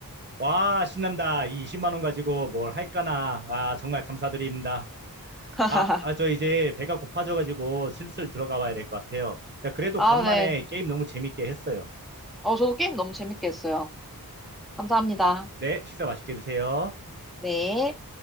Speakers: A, on the right (about 30°); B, in the centre.
A: 와, 신난다. 이 20만 원 가지고 뭘 할까나. 아, 정말 감사드립니다.
B: <laughs>
A: 아, 아, 저 이제 배가 고파져가지고 슬슬 들어가 봐야 될 것 같아요. 야, 그래도
B: 아,
A: 간만에
B: 네.
A: 게임 너무 재밌게 했어요.
B: 어, 저도 게임 너무 재밌게 했어요. 감사합니다.
A: 네, 식사 맛있게 드세요.
B: 네.